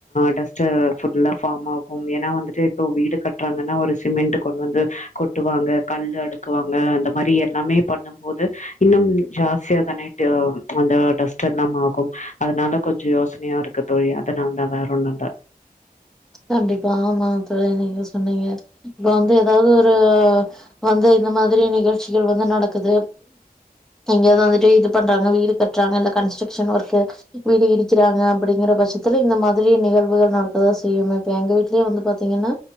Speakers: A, on the left; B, in the centre.
A: டெஸ்ட்டு ஃபுட்ல ஃபாம் ஆகும் ஏன்னா வந்துட்டு ரோ வீடு கட்றாங்கனா ஒரு சிமெண்ட்டு கொண் வந்து கொட்டுவாங்க கல் அடுக்குவாங்க அந்த மாரி எல்லாமே பண் ணம் போது இன்னம் ஜாஸ்தியா தானே டு அந்த டஸ்ட் எல்லாம் ஆகும் அதனால கொஞ்ச யோஸ்னயா இருக்குது தோழி அதனால்தா வேற ஒன்னு இல்ல
B: கண்டிப்பா ஆமா இப்ப தா நீங்க சொன்னீங்க இங்க வந்து எதாவ்து ஒரு வந்து இந்த மாதுரி நிகழ்ச்சிகள் வந்து நடக்குது எங்கயாவது வந்துட்டு இது பண்றாங்க வீடு கட்டுறாங்க இல்ல கன்ஸ்ட்ரக்ஷன் ஒர்க்கு வீடு இடிக்கிறாங்க அப்படிங்கிற பட்சத்துல இந்த மாதிரி நிகழ்வுகள் நடக்கதா செய்யுங்க இப்ப எங்கவீட்லயு வந்து பாத்தீங்கன்னா